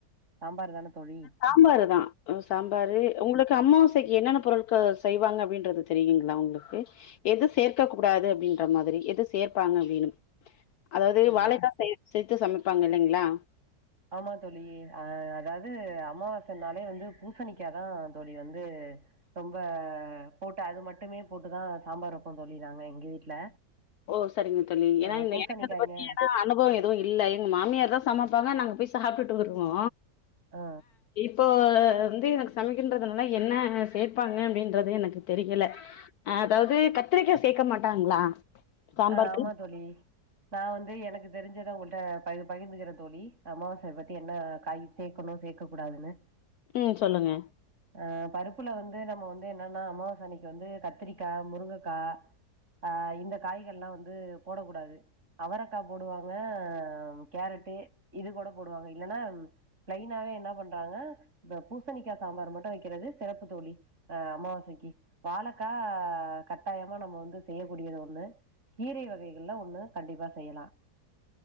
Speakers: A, on the right; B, on the left.
A: சாம்பார் தான தோழி
B: சாம்பாரு தா அ சாம்பாரு உங்களுக்கு அம்மாவாசைக்கு என்னன்ன பொருள்கள் செய்வாங்க அப்டின்றது தெரியுங்களா உங்களுக்கு எது சேர்க்க கூடாது அப்படின்ற மாதிரி எது சேர்ப்பாங்க அப்டினு அதாவது
A: ஆ
B: வாழைக்கா சே சேத்து சம இருப்பாங்க இல்லைங்களா
A: ஆமா தோழி அ அதாவது அமாவாசனாலே வந்து பூசணிக்காதா தோழி வந்து ரொம்ப போட்டு அது மட்டுமே போட்டுதா சாம்பார் வப்ப தோழி நாங்க எங்க வீட்ல
B: ஓ சரிங்க தோழி ஏனா
A: ஆ பூசணிக்காய்ங்க
B: எனக்கு அத பத்தியனா அனுபவம் எதுவும் இல்ல எங்க மாமியார் தா சமைப்பாங்க நாங்க போய் சாப்ட்டுட்டு வருவோ
A: ஆ
B: இப்போ வந்து எனக்கு சமைக்கின்றதுனால என்ன சேர்ப்பாங்க அப்டின்றது எனக்கு தெரியல அதாவது கத்திரிக்காய் சேக்க மாட்டாங்களா சாம்பாருக்கு
A: ஆ ஆமா தோழி நா வந்து எனக்கு தெரி ஞ்சத உங்கள்ட்ட பகி பகிர்ந்துக்கிறே தோழி அமாவாசை பத்தி என்ன காய் சேக்கணும் சேக்க கூடாதுனு
B: ம் சொல்லுங்க
A: ஆ பருப்புல வந்து நம்ம வந்து என்னன்னா அமாவாசா அனைக்கு வந்து கத்திரிக்கா முருங்கக்கா ஆ இந்தக் காய்கள்லா வந்து போடக்கூடாது அவரக்கா போடுவாங்க கேரட்டு இது கூட போடுவாங்க இல்லன்னா ப்ளைனாவே என்ன பண்ணறாங்க இப்போ பூசணிக்கா சாம்பார் மட்டும் வைக்கிறது சிறப்பு தோழி அ அமாவாசைக்கு வாழைக்கா கட்டாயமாக நம்ம வந்து செய்யக்கூடியது ஒன்னு கீரை வகைகள்ல ஒண்ணு கண்டிப்பா செய்யலாம்